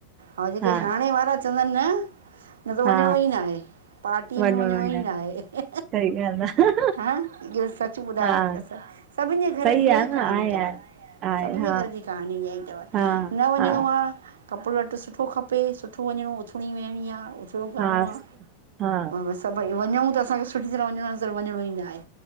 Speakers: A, on the right (about 65°); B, on the right (about 35°).
A: ऐं जेके
B: हा
A: हाणे वारा चवंदा न न त
B: हा
A: वञिणो ई न आहे पार्टीअ
B: वञो
A: में वञिणो
B: वञनि
A: ई न आहे।
B: सही ॻाल्हि आहे
A: हा इहो सच ॿुधायोसी
B: हा
A: असां, सभिनि जे घर
B: सही
A: जी इहा
B: आहे
A: ई
B: न
A: कहाणी
B: आहे
A: तव
B: आहे आहे
A: सभिनी
B: हा
A: जे घर जी कहानी इअ ई तव
B: हा
A: न वञिणो
B: हा
A: आहे कपिदो लटो सुठो खपे सुठो वञिणो उथिणी वेहणी आ उथणी करिणो
B: हा
A: आ
B: हा
A: बसि त भई वञूं त असांखे सुठी तरह वञणो न वञिणो ई न आहे